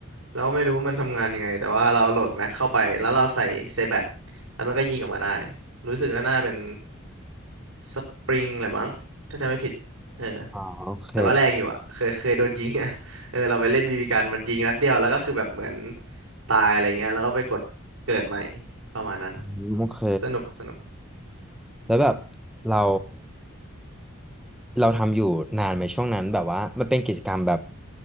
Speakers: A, on the right; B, in the centre.
A: เราไม่รู้ว่ามันทำงานยังไงแต่ว่าเราโหลดแม็กเข้าไปแล้วเราใส่เซแบตแล้วมันก็ยิงออกมาได้รู้สึกว่าน่าเป็นสปริงแหละมั้งถ้าจำไม่ผิดเออ
B: อ๋อโอเค
A: แต่ว่าแรงอยู่อ่ะเคยเคยโดนยิงอ่ะ <laughs> เออเราไปเล่นบีบีกันมันยิงนัดเดียวแล้วก็คือแบบเหมือนตายอะไรเงี้ยแล้วก็ไปกดเกิดใหม่ประมาณนั้น
B: อืมโอเค
A: สนุกสนุก
B: แล้วแบบเราเราทำอยู่นานไหมช่วงนั้นแบบว่ามันเป็นกิจกรรมแบบ